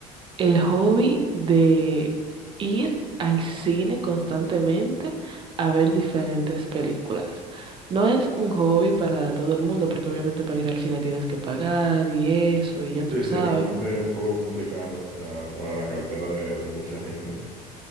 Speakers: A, on the right (about 25°); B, on the right (about 45°).
A: el hobby de ir al cine constantemente a ver diferentes películas. No es un hobby para todo el mundo, porque obviamente para ir al cine tienes que pagar y eso, y ya tú
B: Sí,
A: sabes.
B: sí, realmente es un poco complicado, o sea, para la cartera de, de mucha gente.